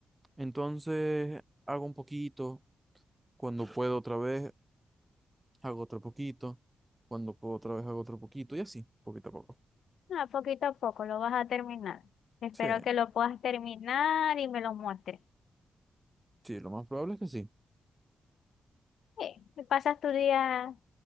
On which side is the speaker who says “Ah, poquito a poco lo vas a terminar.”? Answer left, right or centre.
Left